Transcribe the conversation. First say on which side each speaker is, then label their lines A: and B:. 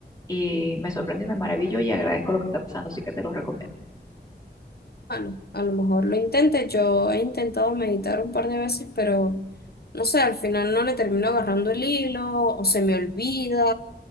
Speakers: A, on the left; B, on the left.
A: Y me sorprende y me maravillo y agradezco lo que está pasando, así que te lo recomiendo.
B: Bueno, a lo mejor lo intente. Yo he intentado meditar un par de veces, pero no sé, al final no le termino agarrando el hilo o se me olvida.